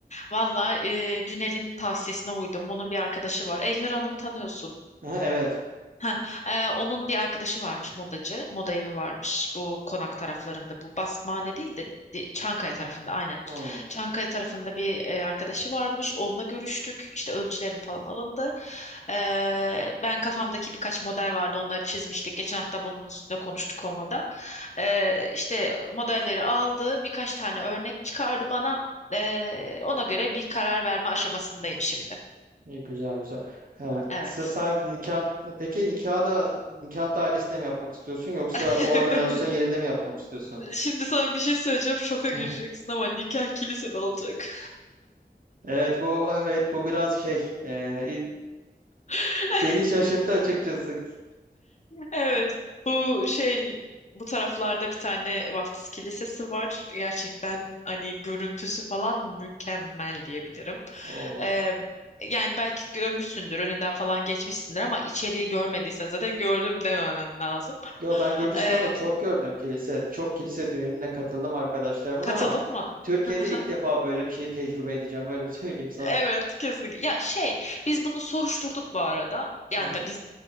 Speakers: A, on the left; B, on the right.
A: Valla e, Günel'in tavsiyesine uydum. Onun bir arkadaşı var. Elvira Hanım'ı tanıyorsun.
B: Ha, evet.
A: Heh, e, onun bir arkadaşı varmış modacı. Moda evi varmış bu konak taraflarında. Bu Basmane değil de de- Çankaya tarafında aynen.
B: Hı.
A: Çankaya tarafında bir e, arkadaşı varmış. Onunla görüştük. İşte ölçülerim falan alındı. E, ben kafamdaki birkaç model vardı. Onları çizmiştik. Geçen hafta bunun üstüne konuştuk onunla da. E, işte modelleri aldı. Birkaç tane örnek çıkardı bana. E, ona göre bir karar verme aşamasındayım şimdi.
B: İyi, güzel güzel. Evet.
A: Evet.
B: Size sadece nikah peki nikah da nikah dairesinde mi yapmak istiyorsun yoksa
A: <laughs>
B: o organizasyon yerinde mi yapmak istiyorsun?
A: Şimdi sana bir şey söyleyeceğim. Şoka gireceksin
B: Hı.
A: ama nikah kilisede olacak.
B: Evet bu evet bu biraz şey e, i-
A: <laughs>
B: beni şaşırttı açıkçası.
A: Evet, bu şey bu taraflarda bir tane vaftiz kilisesi var. Gerçekten hani görüntüsü falan mükemmel diyebilirim.
B: Oo.
A: Ee, yani belki görmüşsündür, önünden falan geçmişsindir ama içeriği görmediysen zaten gördüm dememen lazım.
B: Yo ben Gürcistan'da
A: Ee,
B: çok gördüm kilise. Çok kilise düğününe katıldım arkadaşlarımın
A: katıldın
B: ama
A: mı?
B: Türkiye'de
A: <laughs>
B: ilk defa böyle bir şey tecrübe edeceğim öyle <laughs> söyleyeyim sana.
A: Evet, kesinlikle. Ya şey, biz bunu soruşturduk bu arada. Yani
B: Hı hı.
A: da biz